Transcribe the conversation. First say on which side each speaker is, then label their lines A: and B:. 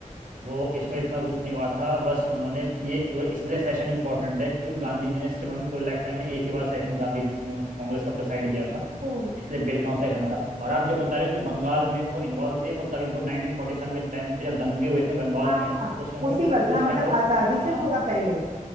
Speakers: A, on the right; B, on the right.
A: वो इसमें इतना कुछ नहीं हुआ था बस उन्होंने ये वो इसलिए सेशन इंपॉर्टेंट है क्योंकि गांधी जी ने सिर्फ अपने पूरे लाइफ टाइम में एक ही बार सेशन गांधी जी- अ, कांग्रेस का प्रेसाइड किया था
B: ओ
A: इसलिए बेलगांव सेशन था और आप जो बता रहे हो कि बंगाल में वो इन्वॉल्व थे वो तब वो 1947 के टाइम पे जब दंगे हुए थे बंगाल
B: हाँ
A: में तो उस टाइम वो
B: उसी
A: तो
B: वक्त हाँ
A: उस
B: मतलब
A: टाइम वो
B: आजादी से
A: हाँ
B: थोड़ा पहले